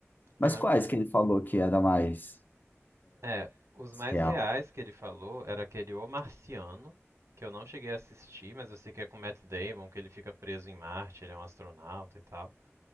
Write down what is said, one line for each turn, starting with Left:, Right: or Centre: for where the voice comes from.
Left: Mas
Right: Eu lembro
Left: quais
Right: que
Left: que ele falou que era mais?
Right: É, os mais
Left: Real.
Right: reais que ele falou era aquele O Marciano, que eu não cheguei a assistir, mas eu sei que é com Matt Damon, que ele fica preso em Marte, ele é um astronauta e tal.